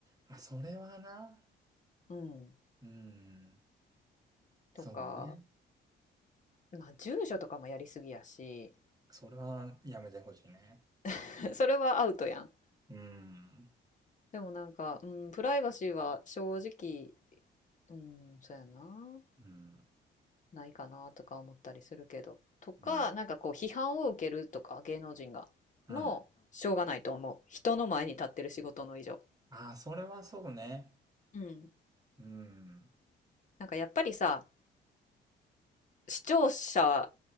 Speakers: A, on the right (about 20°); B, on the left (about 40°).
A: まあ、それはな。
B: う。うん。
A: うん。
B: とか、
A: そうね。
B: まあ住所とかもやりすぎやし、
A: それはやめてほしいね。
B: <laughs> それはアウトやん。
A: うん。
B: でもなんか、うん、プライバシーは正直、うん、そうやな。
A: うん。
B: ないかなとか思ったりするけど。とか、
A: うん。
B: なんかこう批判を受けるとか、芸能人が。
A: うん。
B: もう、しょうがないと思う。人の前に立ってる仕事の以上。
A: ああ、それはそうね。
B: うん。
A: うん。
B: なんかやっぱりさ、視聴者